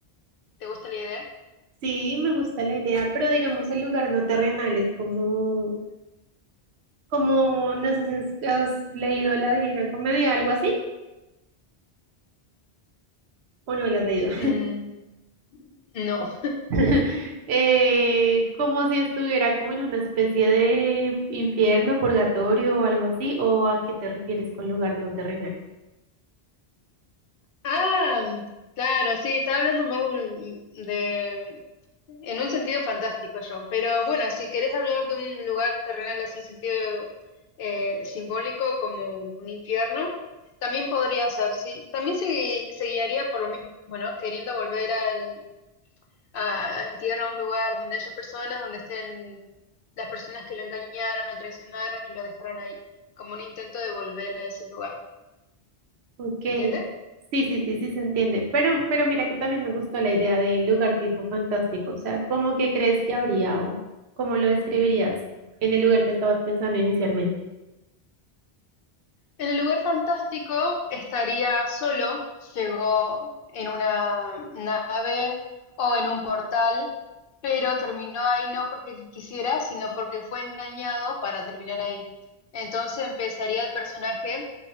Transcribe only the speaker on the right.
Sí, me gusta la idea, pero digamos el lugar no terrenal es como, como, no sé si has leído La Divina Comedia, algo así, o no la has leído.
<laughs> Eh, como si estuviera como en una especie de infierno, purgatorio o algo así, o a qué te refieres con lugar no terrenal.
Ok,
sí, sí, sí, sí se entiende. Pero, pero mira que también me gustó la idea del lugar tipo fantástico. O sea, ¿cómo que crees que habría o cómo lo describirías en el lugar que estabas pensando inicialmente?